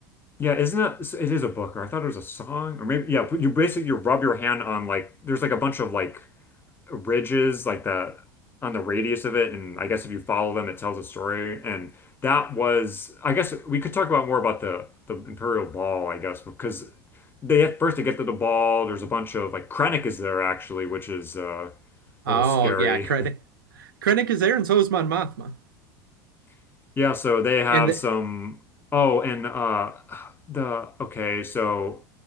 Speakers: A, on the left (about 20°); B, on the right (about 80°).
A: Yeah, isn't it? It is a book, or I thought it was a song, or maybe yeah. You basically you rub your hand on like there's like a bunch of like ridges like the on the radius of it and I guess if you follow them it tells a story and that was I guess we could talk about more about the the Imperial Ball I guess because they have first to get to the ball there's a bunch of like Krennic is there actually which is uh, a
B: Oh
A: little scary
B: yeah, Krennic Krennic is there and so is Mon Mothma.
A: <laughs> yeah so they have
B: And the,
A: some oh and uh the okay so